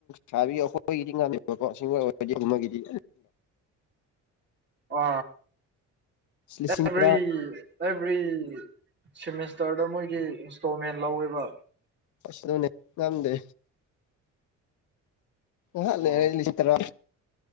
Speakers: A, on the left; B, on the right.
A: ꯁꯥꯕꯤꯣ ꯑꯩꯈꯣꯏꯒꯤꯗꯤ ꯉꯥꯃꯤꯕꯀꯣ ꯁꯤꯡꯣꯏ ꯑꯣꯏꯔꯗꯤꯗꯤ
B: ꯑ
A: ꯂꯤꯁꯤꯡ
B: ꯑꯦꯚ꯭ꯔꯤ
A: ꯇꯔꯥ
B: ꯑꯦꯚ꯭ꯔꯤ ꯁꯤꯦꯃꯦꯁꯇꯔꯗ ꯃꯣꯏꯒꯤ ꯏꯟꯁꯇꯣꯜꯃꯦꯟ ꯂꯧꯋꯦꯕ
A: ꯁ ꯑꯗꯨꯅꯦ ꯉꯝꯗꯦ ꯍ ꯂꯩꯦꯔ
B: ꯑꯣ
A: ꯂꯤꯁꯤ ꯇꯔ